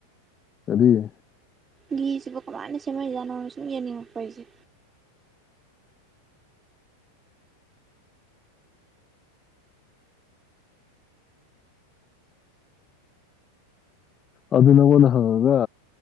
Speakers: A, on the left; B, on the right.
A: ꯑꯗꯨꯗꯤ
B: ꯒꯤꯘꯤꯁꯤꯕꯨ ꯀꯃꯥꯏꯅ ꯁꯦꯝꯃ ꯍꯖꯥꯠꯅꯣꯅ ꯁꯨꯝ ꯌꯦꯡꯅꯤꯡꯉꯛꯄ ꯑꯩꯁꯦ
A: ꯑꯗꯨ ꯅꯪꯉꯣꯟꯗ ꯍꯪꯉꯒ